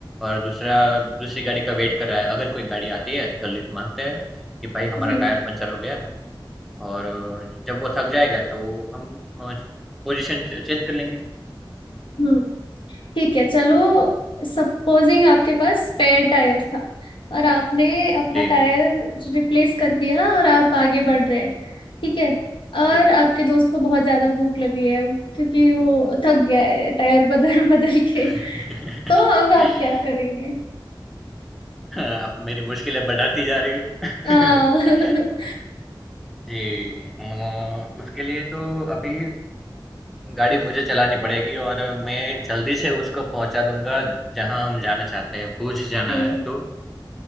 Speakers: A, in the centre; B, on the left (about 75°).
A: और दूसरा दूसरी गाड़ी का वेट कर रहा है अगर कोई गाड़ी आती है तो लिफ्ट मांगते हैं कि भाई हमारा
B: जी
A: टायर पंचर हो गया और अ, जब वो थक जाएगा तो हम अ, पोजीशन च- चेंज कर लेंगे
B: हम्म ठीक है चलो सपोजिंग आपके पास स्पेयर टायर था और आपने अपना
A: जी
B: टायर रिप्लेस कर दिया और आप आगे बढ़ रहे हैं ठीक है और
A: जी
B: आपके दोस्त को बहुत ज्यादा भूख लगी है अब क्योंकि वो थक गया है टायर बदल <laughs> बदल के
A: <laughs>
B: तो अब आप क्या करेंगे
A: आप मेरी मुश्किलें बढ़ाती जा रही हो
B: हाँ <laughs>
A: <laughs> जी अ, उसके लिए तो अभी गाड़ी मुझे चलानी पड़ेगी और मैं जल्दी से उसको पहुंचा दूंगा जहां हम जाना चाहते हैं भुज जाना
B: जी
A: है तो